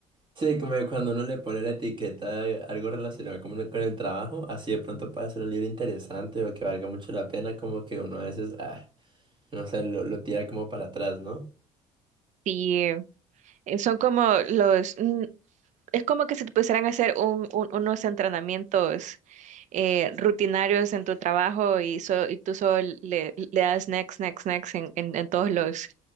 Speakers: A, on the right (about 25°); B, on the right (about 45°).
A: Sí, como que cuando uno le pone la etiqueta de algo relacionado con, con el trabajo, así de pronto puede ser un libro interesante o que valga mucho la pena, como que uno a veces, ah, no sé, lo, lo tira como para atrás, ¿no?
B: Y eh, son como los, mm, es como que si te pusieran a hacer un- un- unos entrenamientos eh, rutinarios en tu trabajo y, so- y tú solo le, le das next, next, next en, en en todos los